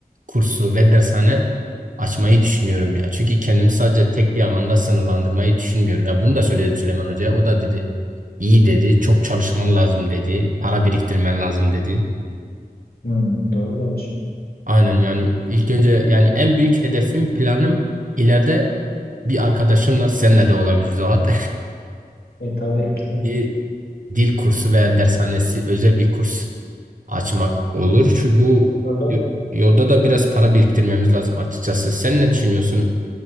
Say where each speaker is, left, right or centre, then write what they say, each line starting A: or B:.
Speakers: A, on the right; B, on the left.
A: kursu ve dershane açmayı düşünüyorum ya. Çünkü kendimi sadece tek bir alanda sınırlandırmayı düşünmüyorum. Ya bunu da söyledim Süleyman Hoca'ya. O da dedi, iyi dedi, çok çalışman lazım dedi, para biriktirmen lazım dedi.
B: Hmm. Doğru demiş.
A: Aynen yani ilk önce yani en büyük hedefim, planım ileride bir arkadaşımla senle de olabilir Zuhat.
B: E tabii.
A: <laughs>
B: <laughs>
A: Bir dil kursu veya dershanesi, özel bir kurs açmak olur. Şu bu
B: Orada
A: y- yolda da biraz para biriktirmemiz lazım açıkçası. Sen ne düşünüyorsun?